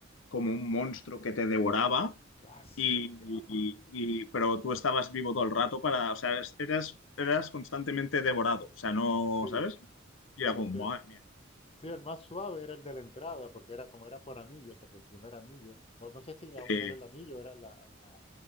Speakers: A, on the left; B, on the left.
A: como un monstruo que te devoraba,
B: Ah, sí,
A: y,
B: ah,
A: y- y- pero tú estabas vivo todo el rato para, o sea, es- eras, eras constantemente devorado, o sea, no,
B: sí,
A: ¿sabes? Y
B: claro,
A: era como,
B: sí.
A: madre mía,
B: Sí, el más suave era el de la entrada, porque era como era por anillos, el del primer anillo. O no sé si aún
A: que-
B: era el anillo, era la, la-